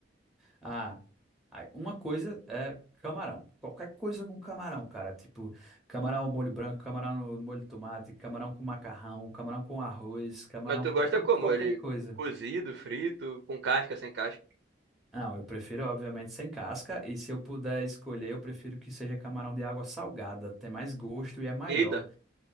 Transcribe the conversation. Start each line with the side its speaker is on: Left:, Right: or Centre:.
Centre: Ah, ai, uma coisa é camarão. Qualquer coisa com camarão, cara. Tipo, camarão ao molho branco, camarão no no molho de tomate, camarão com macarrão, camarão com arroz, camarão
Right: Mas tu gosta
Centre: com
Right: como?
Centre: qualquer
Right: Ele
Centre: coisa.
Right: cozido, frito, com casca, sem casca?
Centre: Não, eu prefiro, obviamente, sem casca. E se eu puder escolher, eu prefiro que seja camarão de água salgada. Tem mais gosto e é maior.
Right: Eita.